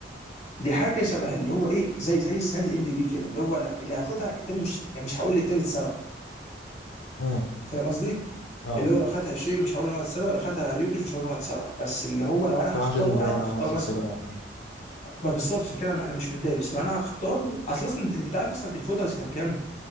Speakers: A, on the left (about 40°); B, on the left (about 80°).
A: دي حاجه شبه اللي هو ايه زي زي السنه دي الام في بي كده اللي هو لو اللي هياخدها التاني مش يعني مش هقول للتاني اتسبب
B: امم
A: فاهم قصدي؟
B: اه
A: اللي هو لو خدها شيء مش هقول ان هو اتسبب لو خدها يوكيش مش هقول ان هو اتسبب بس اللي هو لو انا
B: بصراحه
A: هختار
B: جيرين
A: واحد
B: براون
A: هختار
B: عمل سلسله
A: مثلا
B: مخيفه
A: ما بالظبط عشان كده انا مش متضايق بس لو انا هختار اصل اصلا انت عارف اصلا الفوترز كان كام؟